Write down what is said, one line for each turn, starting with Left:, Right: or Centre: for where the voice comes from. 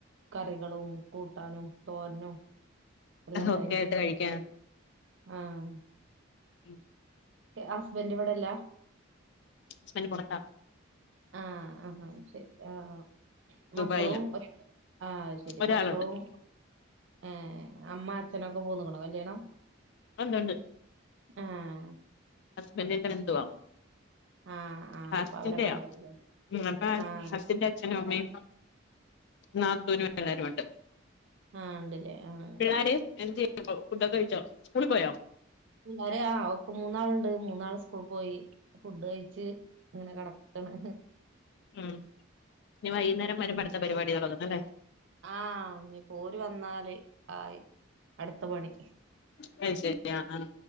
Right: കറികളും കൂട്ടാനും തോരനും എല്ലാംണ്ടായിന്
Left: ഒക്കെ ആയിട്ട് കഴിക്കാൻ
Right: അഹ്
Left: ഉം
Right: ഹസ്ബൻഡ് ഇവിടെല്ല
Left: ഹസ്ബന്റ് പുറത്ത
Right: അഹ് അഹമ് ശരി ആ മക്കളും
Left: ദുബായിലാ
Right: ആ ശരി
Left: ഒരാളുണ്ട്
Right: മക്കളും ഏ അമ്മ അച്ഛനൊക്കെ പോന്നിക്കണോ കല്യാണം
Left: ഉണ്ട്ണ്ട്
Right: ഏഹ്
Left: ഹുസ്ബന്റിന്റെ ബന്ധുവ
Right: ആഹ് ആഹ്
Left: ഹാസിൻന്റെയാ
Right: അപ്പൊ അവരൊക്കെ ഉണ്ടാവൂലേ
Left: ഹ്മ്മ് അപ്പൊ
Right: ആഹ്
Left: ഹാസിൻന്റെ അച്ഛനും അമ്മയും നാത്തൂന് എല്ലാരു ഉണ്ട്
Right: ആഹ് ണ്ട്ലേ ആഹ്
Left: പിള്ളേര് എന്ത് ചെയ്യ പ്പം ഫുഡൊക്കെ കഴിച്ചോ സ്കൂളി പോയോ
Right: പിള്ളേര് ആ ഒക് മൂന്നാളുണ്ട് മൂന്നാൾ സ്കൂൾ പോയി ഫുഡ് കഴി ച്ച് ഇങ്ങനെ കിടക്കണ്
Left: ഉം ഇനി വൈകുന്നേരം വരുമ്പോ അടുത്തെ പരിപാടി തുടങ്ങുന്നു അല്ലേ
Right: ആഹ് ഇനി പ്പോ ല് വന്നാല് ആയി അടുത്ത പണി
Left: കഴിച്ചേ ഗ്രാന്റ്